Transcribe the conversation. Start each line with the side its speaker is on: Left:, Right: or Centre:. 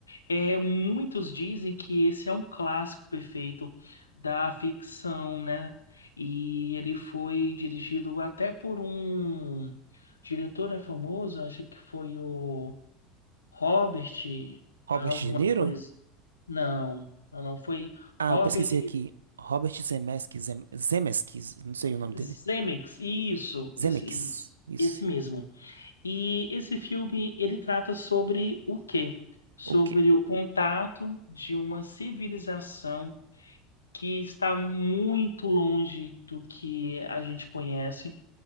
Left: É, muitos dizem que esse é um clássico perfeito da ficção, né? E ele foi dirigido até por um diretor né, famoso, acho que foi o Robert,
Right: Robert
Left: alguma
Right: De Niro?
Left: coisa. Não, não, não foi
Right: Ah,
Left: Robert
Right: eu pesquisei aqui. Robert Zemeckis, Zem- Zemeckis, não sei o nome dele.
Left: Zemeckis. Isso,
Right: Zemeckis.
Left: isso, isso.
Right: Isso.
Left: Esse mesmo. E esse filme, ele trata sobre o quê? Sobre
Right: O quê?
Left: o contato de uma civilização que está muito longe do que a gente conhece